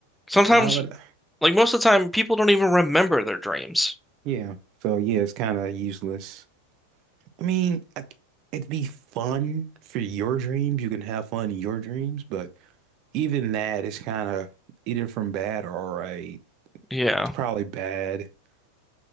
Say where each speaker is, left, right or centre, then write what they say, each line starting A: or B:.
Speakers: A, in the centre; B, on the right.
A: Sometimes,
B: why would I?
A: like most of the time, people don't even remember their dreams.
B: Yeah. So yeah, it's kind of useless. I mean, I, it'd be fun for your dreams. You can have fun in your dreams, but even that is kind of either from bad or all right.
A: Yeah,
B: It's probably bad. <laughs>